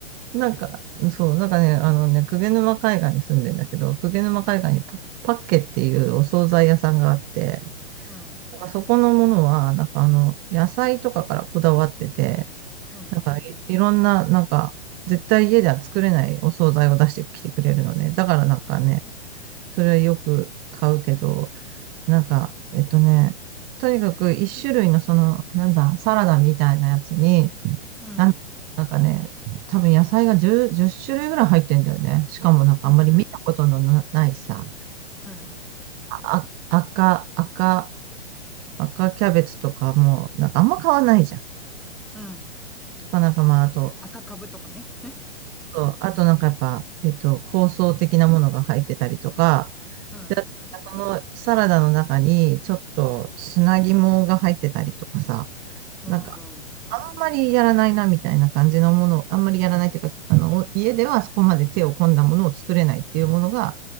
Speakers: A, on the right; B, in the centre.
A: なんか、そう、なんかね、あのね、鵠沼海岸に住んでんだけど、鵠沼海岸にパ、パッケっていうお惣菜屋さんがあって、
B: うん、
A: なんかそこのものは、なんかあの、野菜とかからこだわってて、
B: うん、
A: なんかい、
B: うん。
A: いろんな、なんか、絶対家では作れないお惣菜を出してきてくれるのね。だからなんかね、
B: う
A: それはよく買うけど、なんか、えっとね、とにかく一種類のその、なんだ、サラダみたいなやつに、
B: ん、
A: なん、
B: うん、
A: なんかね、多分野菜が10、じゅっ種類ぐらい入ってんだよね。しかもなんかあんまり見たことのな、
B: うん、うん、
A: ないさ、
B: うん。
A: あ、赤、赤、赤キャベツとかも、なんかあんま買わないじゃん。
B: うん
A: とかなんかまあ、あと、
B: 赤株とかね。
A: そうあとなんかやっぱ、えっと、香草的なものが入ってたりとか、
B: うん、
A: で、
B: うん、
A: そのサラダの中にちょっと砂肝が入ってたりとかさ、
B: うん、
A: なんか、あんまりやらないなみたいな感じのものを、あんまりやらないっていうか、あの、家ではそこまで手を込んだものを作れないっていうものが